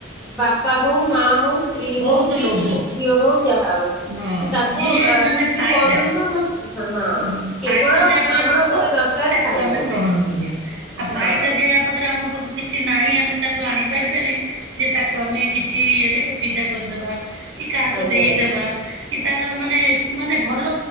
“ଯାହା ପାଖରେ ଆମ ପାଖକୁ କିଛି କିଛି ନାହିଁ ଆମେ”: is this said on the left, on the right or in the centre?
Right